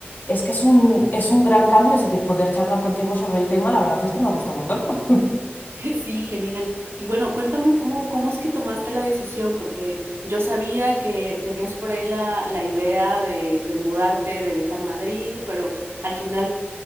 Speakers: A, on the left; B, on the right.
A: es que es un, es un gran cambio, así que poder charlar contigo sobre el tema, la verdad es que me gusta un montón. <laughs>
B: <laughs> Sí, genial. Y bueno, cuéntame cómo, cómo es que tomaste la decisión, porque yo sabía que tenías por ahí la, la idea de, de mudarte, de dejar Madrid, pero al final,